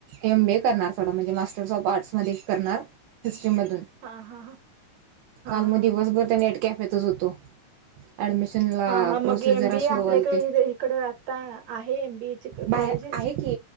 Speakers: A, on the right (about 80°); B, on the right (about 65°).
A: एम बी करणार सोडा म्हणजे मास्टर्स ऑफ आर्ट्स मध्ये करणार हिस्ट्री मधून
B: हा हा हा
A: काल
B: हा
A: मग
B: हा
A: दिवसभर त्या कॅफे तच होतो. अऍडमिशन ला
B: हा हा
A: प्रोसेस
B: मग एम
A: जरा
B: बी
A: स्लो
B: ए आपल्याकडे
A: व्हालती
B: इकड आता आहे एम बी ए चे
A: बाहेर
B: कॉलेजेस
A: आहे की